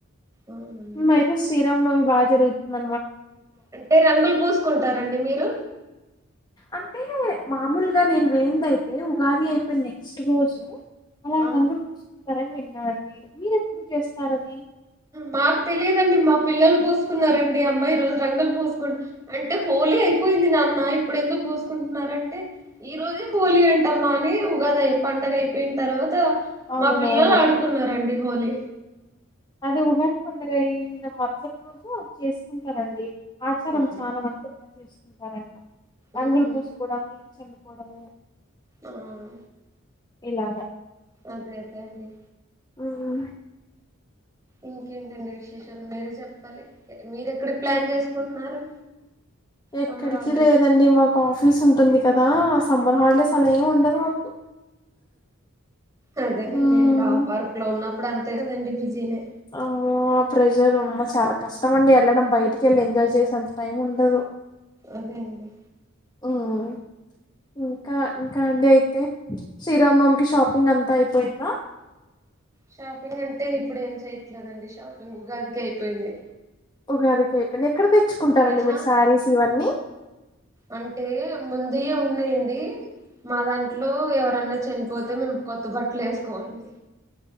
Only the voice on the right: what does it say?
అవునండి
అంటే రంగులు పూసుకుంటారండి మీరు
ఆ
మాకు తెలిదండి మా పిల్లలు పూసుకున్నారండి అమ్మాయి ఈ రోజు రంగులు పూసుకున్ అంటే హోలీ అయిపోయింది నాన్న ఇప్పుడెందుకు పూసుకుంటున్నారంటే ఈ రోజే హోలీ అంటమ్మా అని ఉగాది పండగ అయిపోయిన తర్వాత
మా పిల్లోళ్ళు ఆడుకున్నారన్ డి హోలీ
అవును
ఉమ్
ఔను
అదే అదే అండి
ఇంకేంటండి విశేషాలు మీరే చెప్పాలి మీరు ఎక్కడి ప్లాన్
చేసుకుంటున్నారు
సమ్మర్ హాలిడేస్
అదేనండి
కా పార్క్ లో ఉన్నాం ఇప్పుడు అంతే కదండి బిజీనే
అదే అండి
షాపింగ్ అంటే ఇప్పుడు ఏం చెయ్యట్లేదండి షాపింగ్గా ఉగాదికే అయిపోయింది
అయినా
అంటే ముందుయే ఉన్నాయండి మా దాంట్లో ఎవరన్నా చనిపోతే మేము కొత్త బట్టలు వేసుకోవండి